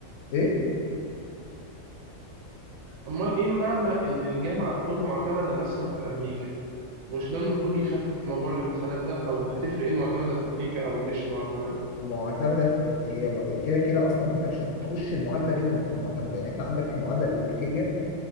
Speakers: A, on the left (about 85°); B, on the right (about 85°).
A: ايه
B: أمال إيه معنى إن الجامعة تكون معتمدة مثلا في أمريكا؟ مش ده المفروض يخفف موضوع الامتحانات ده أو هتفرق إيه معتمدة في أمريكا أو مش معتمدة؟
A: معتمده في... آه، هي م- كده كده اصلا انت مش هتخش المعادله غير لما تكون معتمده يعني انت عندك المعادله الامريكيه